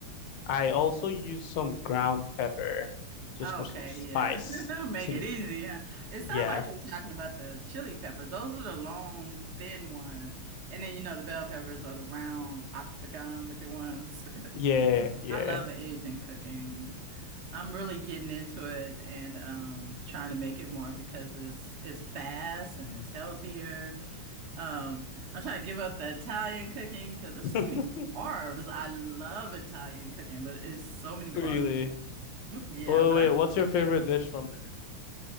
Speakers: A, on the left; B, on the right.
A: I also use some ground pepper just
B: Okay,
A: for some spice.
B: yeah. <laughs> Make
A: Some,
B: it easy, huh? It
A: yeah,
B: sounds like you're talking about the chili peppers. Those are the long, thin ones. And then you know the bell peppers are the round, octagon looking ones.
A: yeah,
B: <laughs>
A: yeah.
B: I love Asian cooking. I'm really getting into it and um trying to make it more because it's it's fast and it's healthier Um, I'm trying to give up the Italian cooking because there's
A: <laughs>
B: so many carbs. I love Italian cooking, but it's so many carbs.
A: Really?
B: <laughs> Yeah,
A: Wait,
B: but
A: wait,
B: I do
A: what's your
B: like
A: favorite
B: making.
A: dish from there?